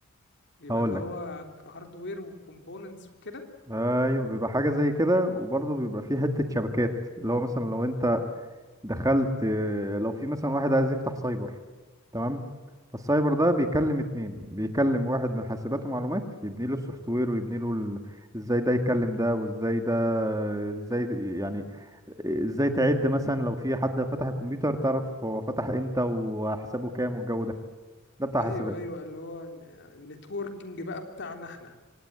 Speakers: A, on the left; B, on the right.
A: بيبقى
B: هقول
A: اللي
B: لك
A: هو هاردوير وكومبوننتس وكده
B: ايوه بيبقى حاجه زي كده وبرضه بيبقى فيه حته شبكات اللي هو مثلا لو انت دخلت آه، لو في مثلا واحد عايز يفتح سايبر تمام فالسايبر ده بيكلم اتنين بيكلم واحد من حاسبات ومعلومات يبني له السوفت وير ويبني له ال... ازاي ده يكلم ده وازاي ده ازاي يعني ازاي تعد مثلا لو في حد فتح الكمبيوتر تعرف هو فتح امتى وحسابه كام والجو ده ده بتاع
A: ايوه
B: حاسبات
A: ايوه اللي هو ال- النتوركينج بقى بتاعنا احنا